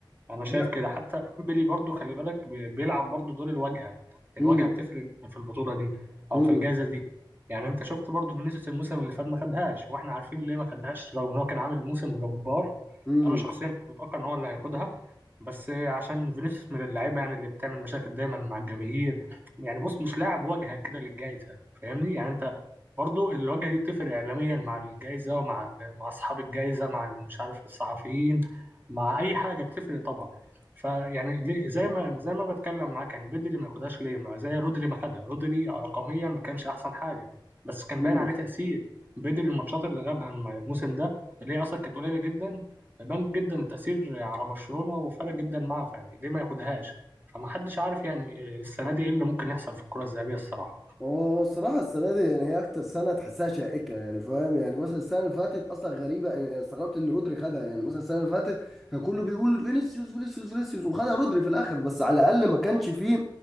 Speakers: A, on the right; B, in the centre.
A: انا شايف
B: لا
A: كده حتى ديمبلي برضو خلي بالك بي- بيلعب برضو دور الواجهه الواجهه
B: امم
A: بتفرق جدا في البطوله دي او
B: امم
A: في الجائزه دي يعني انت شفت برضو فينيسيوس الموسم اللي فات ما خدهاش واحنا عارفين ليه ما خدهاش رغم ان هو كان عامل موسم جبار
B: امم
A: انا شخصيا كنت متوقع ان هو اللي هياخدها بس عشان فينيسيوس من اللعيبه يعني اللي بتعمل مشاكل دايما مع الجماهير يعني بص مش لاعب واجهه كده للجائزه فاهمني يعني انت برضو الواجهه دي بتفرق اعلاميا مع الجائزه ومع ال- مع اصحاب الجائزه مع ال- مش عارف الصحفيين مع اي حاجه بتفرق طبعا فيعني ليه- زي ما زي ما بتكلم معاك يعني بدري ما ياخدهاش ليه ما زي رودري ما خدها رودري رقميا ما كانش احسن حاجه بس كان
B: امم
A: باين عليه تاثير بدري الماتشات اللي غابها الم- الموسم ده اللي هي اصلا كانت قليله جدا بان جدا التاثير على برشلونه وفرق جدا معاه فيعني ليه ما ياخدهاش فما حدش عارف يعني السنه دي ايه اللي ممكن يحصل في الكره الذهبيه الصراحه
B: هو الصراحة السنة دي يعني هي أكتر سنة تحسها شائكة يعني فاهم يعني مثلا السنة اللي فاتت أصلا غريبة يعني استغربت إن رودري خدها يعني مثلا السنة اللي فاتت كان كله بيقول فينيسيوس فينيسيوس فينيسيوس وخدها رودري في الآخر بس على الأقل ما كانش فيه